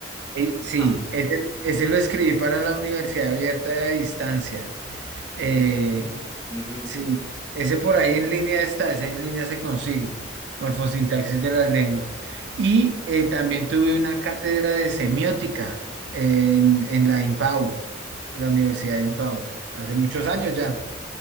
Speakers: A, on the right; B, on the left.
A: Eh, sí,
B: Ah,
A: ese, ese lo escribí para la Universidad Abierta y a Distancia. Eh,
B: ujú, ujú.
A: Sí, ese por ahí en línea está, ese en línea se consigue, morfosintaxis de las lenguas. Y eh, también tuve una cátedra de semiótica en, en la IMPAU, en la Universidad de IMPAU, hace muchos años ya.